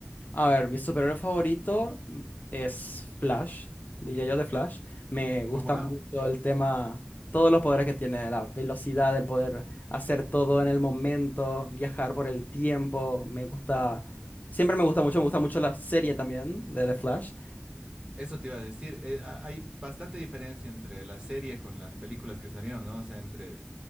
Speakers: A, on the left; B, on the right.
A: A ver, mi superhéroe favorito mm, es Flash, diría yo de Flash. Me gusta
B: Oh, wow.
A: mucho el tema, todos los poderes que tiene, la velocidad, el poder hacer todo en el momento, viajar por el tiempo. Me gusta, siempre me gusta mucho, me gusta mucho la serie también de The Flash.
B: Eso te iba a decir. eh, ha- hay bastante diferencia entre la serie con las películas que salieron, ¿no? O sea, entre